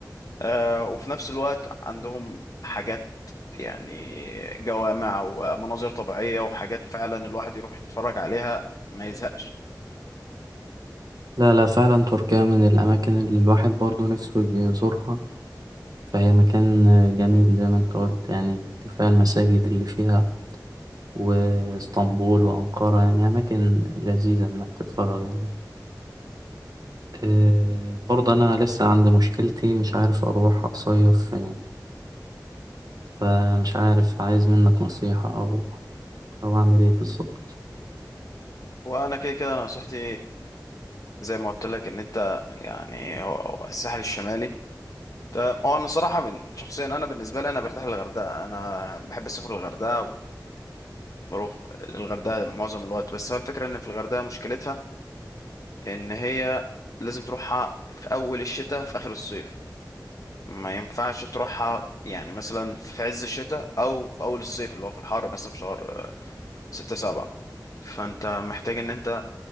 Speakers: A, on the left (about 50°); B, on the right (about 60°).
A: آه، وفي نفس الوقت عندهم حاجات يعني جوامع ومناظر طبيعية وحاجات فعلا الواحد يروح يتفرج عليها ما يزهقش
B: لا لا فعلا تركيا من الأماكن اللي الواحد برضه نفسه يزورها فهي مكان جميل زي ما أنت قلت يعني كفاية المساجد اللي فيها واسطنبول وأنقرة يعني أماكن لذيذة إنك تتفرج عليها آه، برضه أنا لسه عندي مشكلتي مش عارف أروح أصيف فين فمش عارف عايز منك نصيحة أو أو أعمل إيه بالظبط
A: وأنا كده كده نصيحتي زي ما قلت لك ان انت يعني هو هو الساحل الشمالي تمام هو انا صراحه من شخصيا انا بالنسبه لي انا برتاح للغردقه انا بحب اسافر الغردقه وبروح الغردقه معظم الوقت بس هو الفكره ان في الغردقه مشكلتها ان هي لازم تروحها في اول الشتاء في اخر الصيف ما ينفعش تروحها يعني مثلا في عز الشتاء او في اول الصيف اللي هو في الحر مثلا في شهر ستة سبعة فانت محتاج ان انت